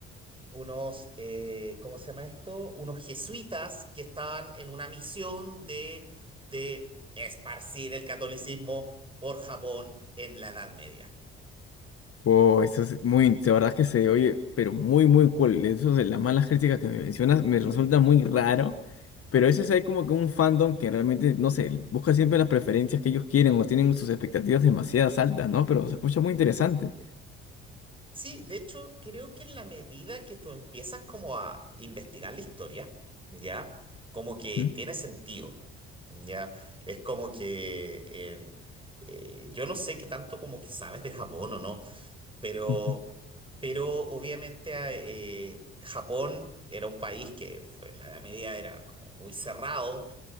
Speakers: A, on the right; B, on the left.
A: unos eh, ¿cómo se llama esto? Unos jesuitas que estaban en una misión de, de esparcir el catolicismo por Japón en la Edad Media.
B: Wow, eso es muy, de verdad que se oye, pero muy, muy cool. Eso de las malas críticas que me mencionas me resulta muy raro, pero eso es hay como que un fandom que realmente, no sé, busca siempre las preferencias que ellos quieren o tienen sus expectativas demasiadas altas, ¿no? Pero se escucha muy interesante.
A: Sí, de hecho, creo que en la medida que tú empiezas como a investigar la historia, ¿ya? Como que
B: ¿Mm?
A: tiene sentido, ¿ya? Es como que en- eh, yo no sé qué tanto como que sabes de Japón o no, pero,
B: Ujú.
A: pero obviamente ah, eh, Japón era un país que fue, en la Edad Media era como muy cerrado